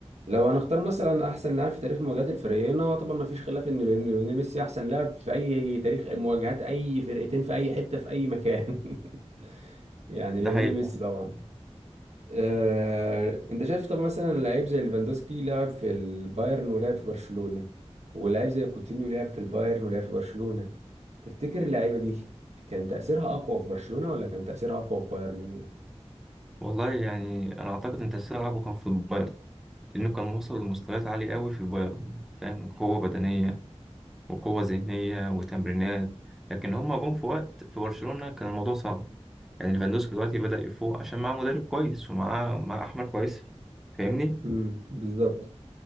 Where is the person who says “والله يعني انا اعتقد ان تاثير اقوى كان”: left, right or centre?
Centre